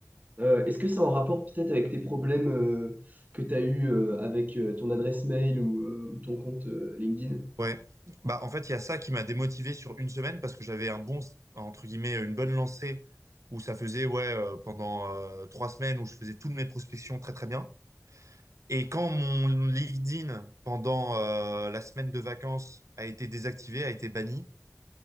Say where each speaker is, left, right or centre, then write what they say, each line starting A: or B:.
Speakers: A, on the right; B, on the right.
A: Euh, est-ce que c'est en rapport peut-être avec tes problèmes euh, que tu as eu euh, avec euh, ton adresse mail ou, euh, ou ton compte euh, LinkedIn?
B: Ouais. Bah, en fait, il y a ça qui m'a démotivé sur une semaine parce que j'avais un bon, entre guillemets, une bonne lancée où ça faisait, ouais, euh, pendant euh, trois semaines où je faisais toutes mes prospections très, très bien. Et quand mon LinkedIn pendant euh, la semaine de vacances a été désactivé, a été banni,